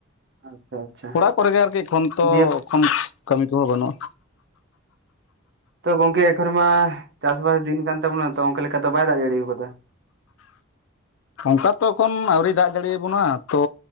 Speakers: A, on the right; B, on the left.
A: ᱟᱪᱪᱷᱟ ᱟᱪᱪᱷᱟ
B: ᱚᱲᱟᱜ ᱠᱚᱨᱮ ᱜᱮ ᱟᱹᱨᱠᱤ ᱮᱠᱷᱚᱱ ᱛᱚ
A: ᱫᱤᱭᱮ
B: ᱮᱠᱷᱚᱱ ᱠᱟᱹᱢᱤ ᱠᱚᱦᱚᱸ ᱵᱟᱹᱱᱩᱜᱼᱟ᱾
A: ᱛᱚ ᱜᱚᱢᱠᱮ ᱮᱠᱷᱚᱱ ᱢᱟ ᱪᱟᱥ ᱵᱟᱥ ᱫᱤᱱ ᱠᱟᱱ ᱛᱟᱵᱚᱱᱟ ᱛᱚ ᱚᱱᱠᱟ ᱞᱮᱠᱟ ᱛᱚ ᱵᱟᱭ ᱫᱟᱜ ᱡᱟᱹᱲᱤᱟᱠᱟᱫᱟ
B: ᱚᱱᱠᱟ ᱛᱚ ᱮᱠᱷᱚᱱ ᱟᱹᱣᱨᱤ ᱫᱟᱜ ᱡᱟᱹᱲᱤᱭᱟᱵᱚᱱᱟ ᱛᱚ